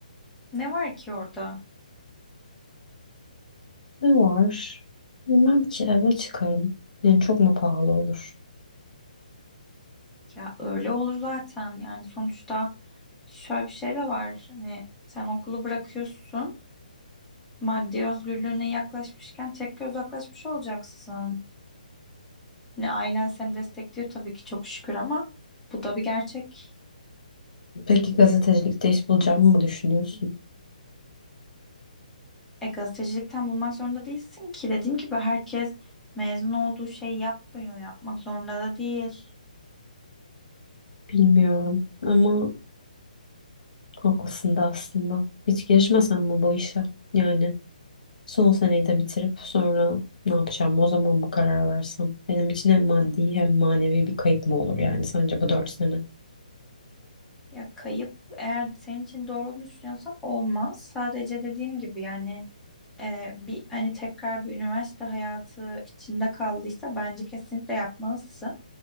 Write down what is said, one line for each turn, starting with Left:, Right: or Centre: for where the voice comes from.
Centre: Ne var ki orada?
Left: Ne var? Bilmem ki eve çıkarım. Yani çok mu pahalı olur?
Centre: Ya öyle olur zaten. Yani sonuçta şöyle bir şey de var. Hani sen okulu bırakıyorsun. maddi özgürlüğüne yaklaşmışken tekrar uzaklaşmış olacaksın. Hani ailen seni destekliyor tabii ki çok şükür ama bu da bir gerçek.
Left: Peki gazetecilikte iş bulacağımı mı düşünüyorsun?
Centre: E gazetecilikten bulmak zorunda değilsin ki. Dediğim gibi herkes mezun olduğu şeyi yapmıyor, yapmak zorunda da değil.
Left: Bilmiyorum ama haklısın da aslında. Hiç girişmesem mi bu işe? Yani son seneyi de bitirip sonra ne yapacağım o zaman mı karar versem? Benim için hem maddi hem manevi bir kayıp mı olur yani sence bu dört sene?
Centre: Ya kayıp eğer senin için doğru olduğunu düşünüyorsan olmaz. Sadece dediğim gibi yani e, bir hani tekrar bir üniversite hayatı içinde kaldıysa bence kesinlikle yapmalısın.